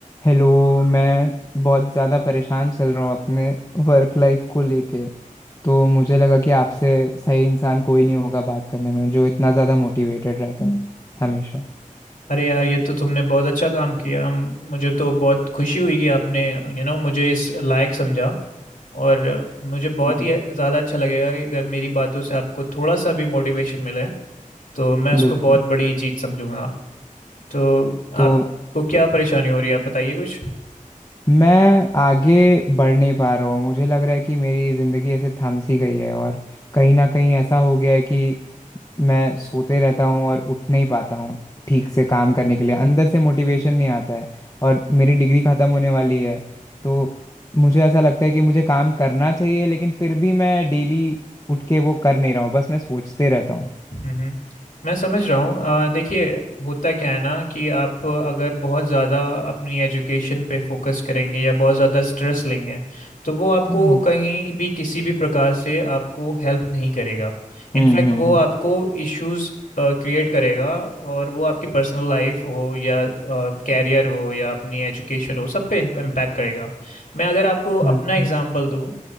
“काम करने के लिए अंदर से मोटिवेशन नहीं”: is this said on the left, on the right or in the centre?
Left